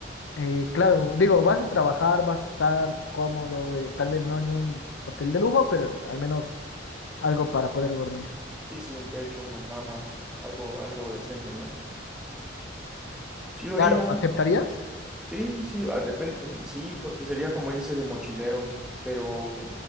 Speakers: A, on the left (about 90°); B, in the centre.
A: Eh, claro, digo, vas a trabajar, vas a estar cómodo, eh, tal vez no en un hotel de lujo, pero al menos algo para poder dormir.
B: Sí, sí, un techo, una cama, algo, algo decente, ¿no? Sí lo
A: Claro,
B: haría,
A: ¿aceptarías?
B: sí, sí, ah, depen- mm, sí, porque sería como irse de mochilero, pero